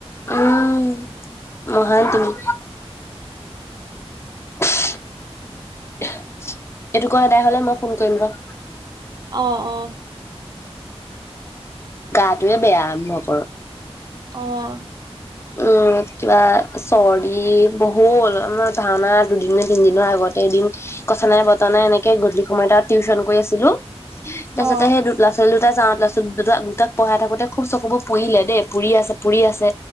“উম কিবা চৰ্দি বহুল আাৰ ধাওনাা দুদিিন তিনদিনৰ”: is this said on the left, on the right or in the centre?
Left